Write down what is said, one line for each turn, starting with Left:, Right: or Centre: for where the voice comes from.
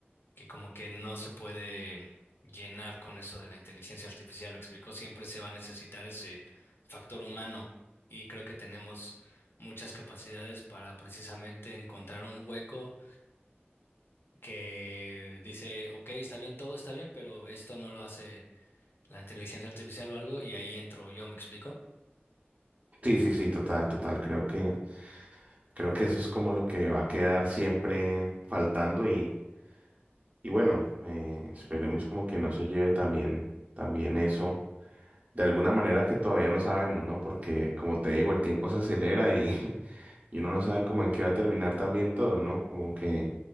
Left: que como que no se puede llenar con eso de la inteligencia artificial, me explico, siempre se va a necesitar ese factor humano y creo que tenemos muchas capacidades para precisamente encontrar un hueco que dice, ok, está bien, todo está bien, pero esto no lo hace la inteligencia artificial o algo, y ahí entro yo, ¿me explico?
Right: Sí, sí, sí, total, total. Creo que, creo que eso es como lo que va a quedar siempre faltando y, y bueno, eh, esperemos como que no se lleve también, también eso. De alguna manera que todavía no sabemos, ¿no? Porque como te digo, el tiempo se acelera y, Y uno no sabe cómo en qué va a terminar también todo, ¿no? Como que